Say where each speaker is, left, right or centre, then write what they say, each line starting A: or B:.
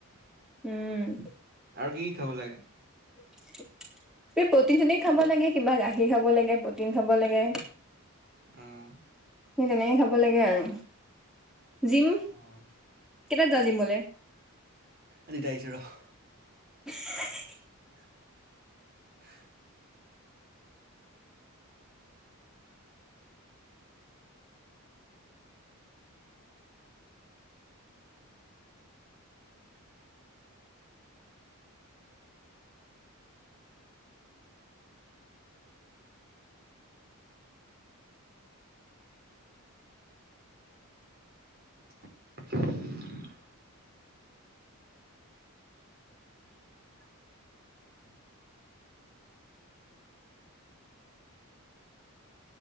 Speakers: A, in the centre; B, on the right.
A: উম'।
B: আৰু কি কি খাব লাগে?
A: এ প্ৰটিন চতিন খাব লাগে, কিবা গাখীৰ খাব লাগে, প্ৰটিন খাব লাগে।
B: অ'।
A: সেই তেনেকে খাব লাগে আৰু। জিম,
B: অহ
A: কেইটাত যায় জিমলে।
B: এ দিতা আহিছে ৰহ।
A: <unintelligible>
B: <unintelligible> <unintelligible> <inaudible>